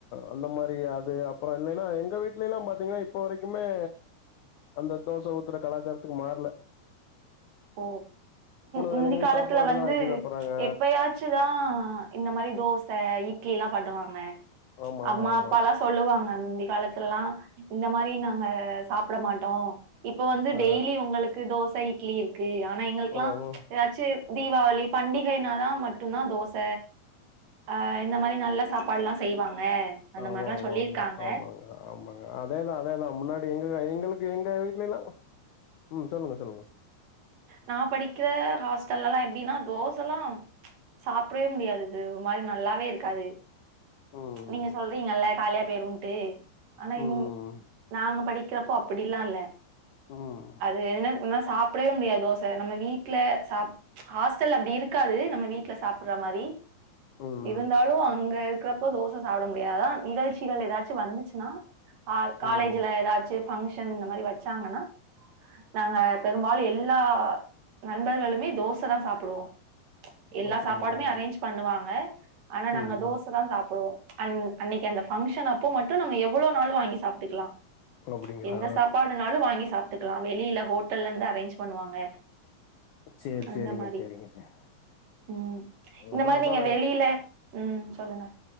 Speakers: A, on the left; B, on the right.
A: அந்த மாரி அது அப்பறம் இல்லைன்னா எங்க வீட்ல எல்லாம் பாத்தீங்கன்னா இப்ப வரைக்குமே அந்த தோச ஊத்துற கலாச்சாரத்துக்கு மாறல
B: ஓ முந்தி
A: வேளையும்
B: காலத்துல
A: சாப்பாடு
B: வந்து
A: தான் ஆக்கி சாப்பிடுறாங்க.
B: எப்பயாச்சு ட்டுதா இந்த மாரி தோச இட்லி எல்லாம் பண்ணுவாங்க
A: ஆமா,
B: அம்மா
A: ஆமா, ஆமா.
B: அப்பா ல சொல்லுவாங்க முந்தி காலத்துல எல்லாம் இந்த மாரி நாங்க சாப்ட மாட்டோம் இப்ப வந்து
A: ஆ
B: டெய்லி உங்களுக்கு தோச இட்லி இருக்கு ஆனா எங்களுக்கெல்லா
A: அதாவும்
B: ஏதாச்சு தீபாவளி பண்டிகைனாதான் மட்டும் தான் தோச அ இந்த மாரி நல்ல சாப்பாடு எல்லா செய்வாங்க அந்த
A: ஆமா
B: மாரில்லா
A: ஆமா
B: சொல்லிருக்காங்க
A: ஆமா ஆமாங்க ஆமாங்க அதேதான் அதேதான் முன்னாடி எங்க எங்களுக்கு எங்க வீட்ல எல்லா ம் சொல்லுங்க சொல்லுங்க
B: நான் படிக்கிற ஹாஸ்டல்ல எல்லாம் எப்டின்னா தோச எல்லாம் சாப்டவே முடியாதுது ஒரு மாரி நல்லாவே இருக்காது
A: ம்.
B: நீங்க சொல்றீங்கல்ல காலியா போய்ருன்டு ஆனா
A: ம்.
B: நாங்க படிக்கிறப்போ அப்டில்லா இல்ல
A: ம்.
B: அது எதுனா என்னா சாப்டவே முடியாது தோச நம்ம வீட்ல சா ஹாஸ்டல்ல அப்டி இருக்காது நம்ம வீட்ல சாப்பிற்ர மாரி
A: ம்
B: இருந்தாலும் அங்க இருக்கிறப்ப தோச சாப்பிட முடியாது அதான் நிகழ்ச்சிகள் ஏதாச்சும் வந்துச்சுன்னா காலேஜ்ல
A: ம்
B: ஏதாச்சு பங்க்ஷன் இந்த மாரி வெச்சாங்கன்னா நாங்க பெரும்பாலும் எ ல்லா நண்பர்களுமே தோச தான் சாப்டுவோ எல்லா
A: அப்டிங்களா
B: சாப்பாடுமே அரேஞ்ச் பண்ணுவாங்க ஆனா நாங்க
A: ம்
B: தோச
A: ம்
B: தான் சாப்டுவோ அன் அன்னைக்கு அந்த பங்க்ஷன் அப்போ மட்டும் நம்ம எவ்ளவு நாள் வாங்கி சாப்ட்டுக்கலா
A: அப்டிங்களா
B: எந்த சாப்பாடுனாலு வாங்கி சாப்ட்டுக்கலா வெளில ஹோட்டல்ல இருந்து அரேஞ்ச் பண்ணுவாங்க
A: சேரி
B: அந்த
A: சேரிங்க
B: மாரி
A: சேரிங்க சேரி
B: ம் இந்த
A: அதா
B: மாரி
A: அதா
B: நீங்க வெளில ம் சொல்லுங்க